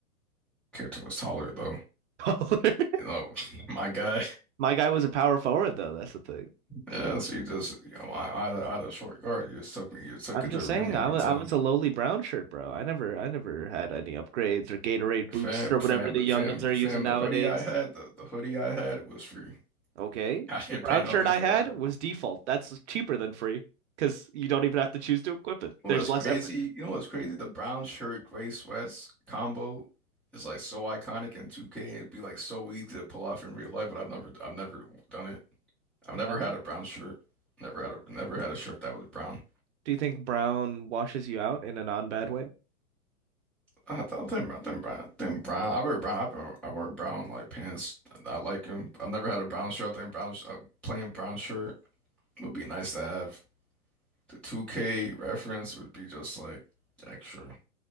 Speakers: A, in the centre; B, on the right.
A: character was taller though.
B: <laughs> Taller.
A: You know, <laughs> my guy.
B: My guy was a power forward though, that's the thing.
A: Yeah, so you just you know, out of out of short guard, you just took me, you took
B: I'm
A: it
B: just
A: to the rim
B: saying
A: every
B: I was
A: time.
B: I was a lowly brown shirt, bro. I never I never had any upgrades or Gatorade boots
A: Fam,
B: or whatever
A: fam,
B: the
A: the
B: youngins
A: fam,
B: are
A: fam.
B: using nowadays.
A: The hoodie I had, the, the hoodie I had was free. <laughs>
B: Okay.
A: I didn't
B: The brown
A: pay nothing
B: shirt I
A: for
B: had
A: that hoodie.
B: was default. That's cheaper than free because you don't even have to choose to equip it.
A: You
B: There's
A: know what's
B: less
A: crazy?
B: effort.
A: You know what's crazy? The brown shirt, gray sweats combo is like so iconic in 2K. It'd be like so easy to pull off in real life, but I've never, I've never done it. I've
B: Why
A: never
B: not?
A: had a brown shirt. Never had a, never had a shirt that was brown.
B: Do you think brown washes you out in a non-bad way?
A: I, th- I think I think brown, I think brown. I wear brown. I've I wear brown like pants. I like them. I never had a brown shirt. I think brown, sh- a plain brown shirt would be nice to have. The 2K reference would be just like extra